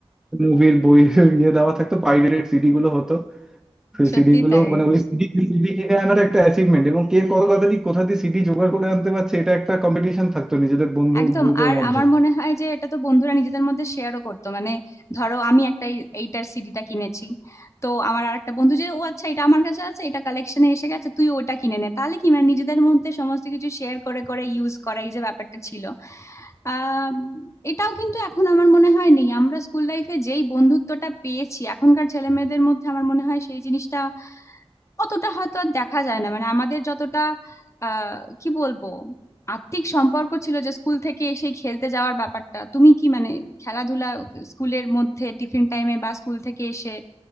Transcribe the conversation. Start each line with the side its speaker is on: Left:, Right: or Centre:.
Centre: মুভির বই <laughs> ইয়ে দেওয়া থাকতো পাইরেটেড সিডি গুলো হতো সেই
Left: সত্যি
Centre: সিডি গুলো
Left: তাই
Centre: মানে ওই সিডি সিডি কিনে আনার একটা অ্যাচিভমেন্ট এবং কে কত কথা দিয়ে কোথা দিয়ে সিডি জোগাড় করে আনতে পারছে এটা একটা কম্পিটিশন থাকতো নিজেদের বন্ধু
Left: একদম
Centre: গ্রুপের
Left: আর
Centre: মধ্যে
Left: আমার মনে হয় যে এটা তো বন্ধুরা নিজেদের মধ্যে শেয়ারও করতো মানে ধরো আমি একটা এই- এইটার সিডিটা কিনেছি তো আমার আর একটা বন্ধু যে ও আচ্ছা এটা আমার কাছে আছে এটা কালেকশনে এসে গেছে তুই ওটা কিনে নে তাহলে কি মানে নিজেদের মধ্যে সমস্ত কিছু শেয়ার করে করে ইউজ করা এই যে ব্যাপারটা ছিল আম, এটাও কিন্তু এখন আমার মনে হয় নেই আমরা স্কুল লাইফে যেই বন্ধুত্বটা পেয়েছি এখনকার ছেলে মেয়েদের মধ্যে আমার মনে হয় সেই জিনিসটা অতটা হয়তো আর দেখা যায় না মানে আমাদের যতটা আহ কি বলবো আত্মিক সম্পর্ক ছিল যে স্কুল থেকে এসে খেলতে যাওয়ার ব্যাপারটা তুমি কি মানে খেলাধুলা স্কুলের মধ্যে টিফিন টাইমে বা স্কুল থেকে এসে